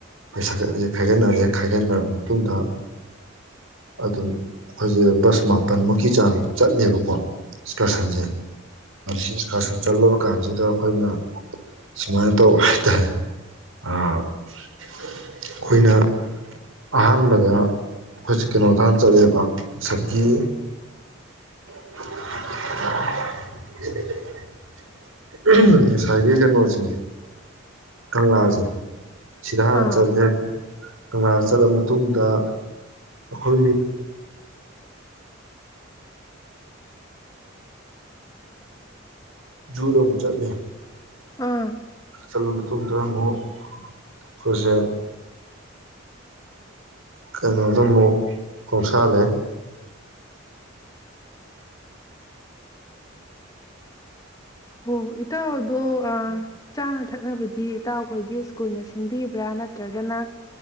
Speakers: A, on the right (about 75°); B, on the left (about 15°).
A: ꯄꯩꯁꯥ ꯈꯁꯦ ꯈꯥꯏꯒꯠꯅꯔꯦ ꯈꯥꯏꯒꯠꯅꯔꯕ ꯃꯇꯨꯡꯗ ꯑꯗꯨꯝ ꯑꯩꯈꯣꯏꯁꯦ ꯕꯁ ꯃꯥꯄꯜꯃꯨꯛ ꯆꯠꯂꯦꯕꯀꯣ ꯑꯦꯛꯁꯀꯔꯁꯟꯁꯦ ꯏꯟꯁꯀ꯭ꯔꯁꯟ ꯆꯠꯂꯕ ꯀꯥꯟꯁꯤꯗ ꯑꯩꯈꯣꯏꯅ ꯁꯨꯃꯥꯏꯅ ꯇꯧ ꯑ ꯑꯩꯈꯣꯏꯅ ꯑꯍꯥꯟꯕꯗ ꯍꯧꯖꯤꯛ ꯀꯩꯅꯣꯗ ꯍꯥꯟ ꯆꯠꯂꯦꯕ ꯉꯁꯥꯏꯒꯤ <unintelligible> ꯎ ꯉꯁꯥꯏꯒꯤ ꯀꯩꯅꯣꯁꯦ ꯀꯪꯂꯥꯁꯦ ꯁꯤꯥꯔ
B: ꯑꯥ
A: ꯆꯗ ꯀꯪꯂꯥꯅ ꯆꯠꯂ ꯃꯇꯨꯡꯗ ꯑꯩꯈꯣꯏꯒꯤ ꯨꯗꯣꯨ ꯆꯜꯂꯦ
B: ꯑꯥ
A: ꯑꯂꯝ ꯃꯇꯨꯡꯗ ꯑꯃꯨꯛ ꯑꯩꯈꯣꯏꯁꯦ ꯀꯩꯅꯣꯗ ꯑꯃꯨꯛ ꯈꯣꯡꯁꯥꯜꯂꯦ
B: ꯍꯣ ꯍ ꯏ ꯠꯇ ꯑꯗꯨꯣ ꯑ ꯆꯥꯅ ꯊꯛꯅꯕꯗꯤ ꯏꯇꯥꯎ ꯑꯩꯈꯣꯏꯒꯤ ꯁ꯭ꯀꯨꯜꯅ ꯁꯤꯟꯕꯤꯕ꯭ꯔꯥ ꯅꯠꯇ꯭ꯔꯒꯅ